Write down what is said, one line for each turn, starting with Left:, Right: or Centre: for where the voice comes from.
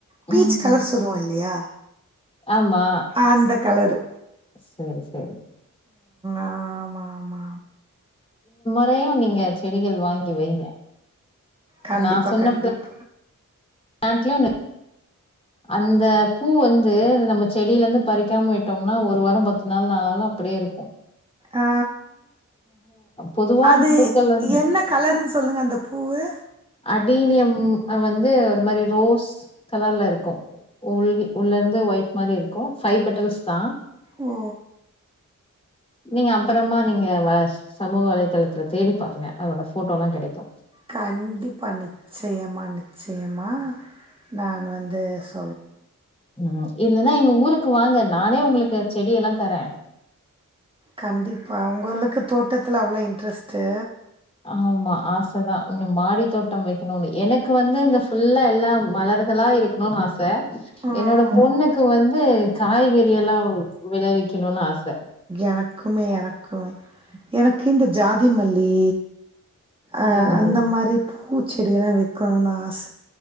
Right: பீச்
Left: ம்ஹ்ம்.
Right: கலர் சொல்லுவோ இல்லையா
Left: ஆமா
Right: அந்த கலரு
Left: சரி சரி
Right: ஆ மா மா
Left: இப்பயு நீங்க செடிகள் வாங்கி வைங்க
Right: கண்டிப்பா
Left: நான் சொன்ன
Right: கண்டிப்
Left: <unintelligible> அந்த பூ வந்து நம்ம செடியில இருந்து பறிக்காம விட்டோம்னா ஒரு வாரோ பத்து நாள் ஆனாலு அப்டியே இருக்கு
Right: ஆ
Left: பொதுவா
Right: அது
Left: பூக்கள் வந்து
Right: என்ன கலர்ன்னு சொல்லுங்க அந்த பூவு
Left: அடீனியம் வந்து ஒரு மாரி ரோஸ் கலர்ல இருக்கு உள் உள்ள இருந்து ஒயிட் மாரி இருக்கு ஃபை பெட்டல்ஸ் தா
Right: ஓ
Left: நீங்க அப்புறமா நீங்க வ சமூக வலைத்தளத்துல தேடி பாருங்க அதோட ஃபோட்டோலா கெடைக்கு
Right: கண் டிப்பா நிச்சயமா நிச்சயமா நான் வந்து சொ
Left: உ இல்லைன்னா எங்க ஊருக்கு வாங்கன் நானே உங்களுக்கு செடி எல்லா தரே
Right: கண்டிப்பா உங்களுக்கு தோட்டத்துல அவ்ளோ இன்ட்ரெஸ்ட்டு
Left: ஆமா ஆச தா இன்னு மாடித் தோட்டோ வைக்கணும்னு எனக் க்கு வந்து இந்த ஃபுல்லா எல்லா மலர்களா இருக்கணும்னு ஆச
Right: ம்
Left: என்னோட பொண்ணுக்கு வந்து காய்கறி எல்லா விளவிக்கணும்னு ஆஸ்
Right: எனக்குமே எனக்குமே எனக்கு இந்த ஜாத் தி மல்லி அ
Left: சரி
Right: அந்த மாரி பூத் செடியெல்லா வெக்கணும்னு ஆச